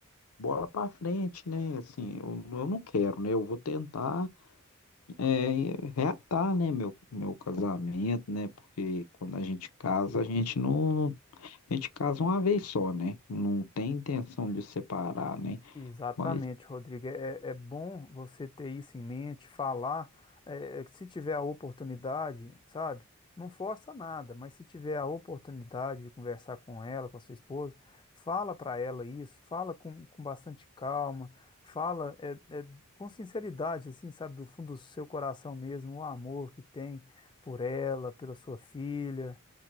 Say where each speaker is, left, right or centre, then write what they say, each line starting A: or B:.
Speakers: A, on the left; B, on the left.
A: bola para frente, né? Assim, eu, eu não quero, né? Eu vou tentar é, reatar, né, meu, meu casamento, né? Porque quando a gente casa, a gente não, a gente casa uma vez só, né? Não tem intenção de separar, né?
B: Exatamente,
A: Mas
B: Rodrigo. É, é é bom você ter isso em mente, falar. é, é, se tiver a oportunidade, sabe? Não força nada, mas se tiver a oportunidade de conversar com ela, com a sua esposa, fala para ela isso, fala com, com bastante calma, fala é, é, com sinceridade, assim, sabe? Do fundo do seu coração mesmo, o amor que tem por ela, pela sua filha.